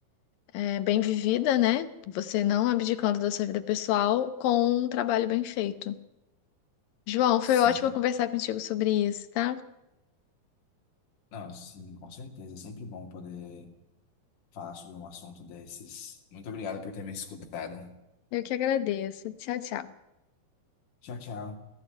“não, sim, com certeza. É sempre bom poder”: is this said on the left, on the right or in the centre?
Left